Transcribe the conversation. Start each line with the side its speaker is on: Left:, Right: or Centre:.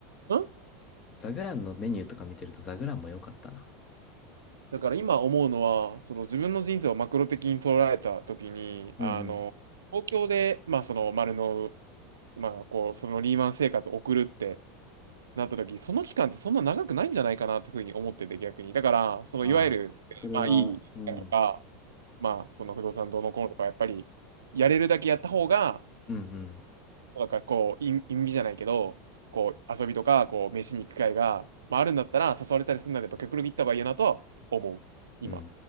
Right: うん
Left: ザグランのメニューとか見てるとザグランもよかったな。
Right: だから今思うのは、その自分の人生をマクロ的に捉えたときに、
Left: うんうん。
Right: あの、東京で、まあその丸の、まあこう、そのリーマン生活を送るってなったとき、その期間ってそんな長くないんじゃないかなってふうに思ってて逆に。だから、そのいわゆる、
Left: まあ、それは、
Right: まあいいとか、
Left: うん。
Right: まあその不動産どうのこうのとか、やっぱりやれるだけやった方が、
Left: うんうん。
Right: そうなんからこう、意意味じゃないけど、こう、遊びとか、こう、飯に行く機会が、まあ、あるんだったら、誘われたりするなら、やっぱ極力行った方がいいなとは思う。今
Left: うんうんう